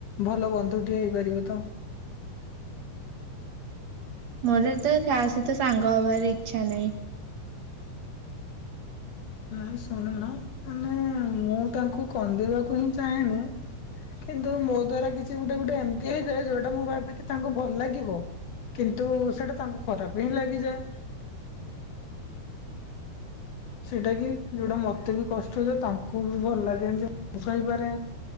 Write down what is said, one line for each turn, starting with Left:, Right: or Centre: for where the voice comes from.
Left: ଭଲ ବନ୍ଧୁ ଟେ ହେଇପାରିବ ତ।
Right: ମୋର ତ ଖା ସହିତ ସାଙ୍ଗ ହବାର ଇଚ୍ଛା ନାହିଁ।
Left: ନାାଇ ଶୁଣୁନ ମାନେ ମୁଁ ତାଙ୍କୁ କନ୍ଦେଇବାକୁ ହିଁ ଚାହେଁନି କିନ୍ତୁ ମୋ ଦ୍ଵାରା କିଛି ଗୋଟେ ଗୋଟେ ଏମିତି ହେଇଯାଏ ଯୋଉଟା ମୁଁ ଭାବ କି ତାଙ୍କୁ ଭଲ ଲାଗିବ କିନ୍ତୁ ସେଟା ତାଙ୍କୁ ଖରାପ ହିଁ ଲାଗିଯାଏ। ସେଇଟା କି ଯୋଉଟା ମତେ ବି କଷ୍ଟ ହ ତାଙ୍କୁ ବି ଭଲ ଲାଗେ ଏମତିଇପାରେ